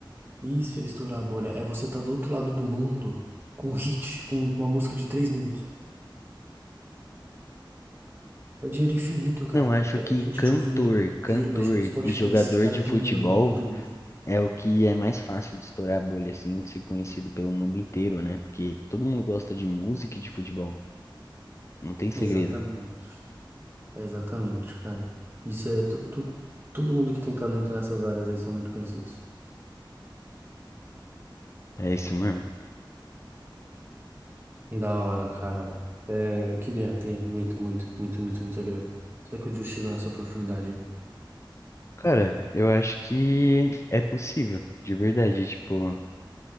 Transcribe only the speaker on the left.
Não, acho
que
cantor,
cantor
e jogador
de futebol
é o que é mais fácil de estourar a bolha, assim, de ser conhecido pelo mundo inteiro, né? Porque todo mundo gosta de música e de futebol. Não tem segredo.
É isso mesmo.
Cara, eu acho que é possível, de verdade. Tipo,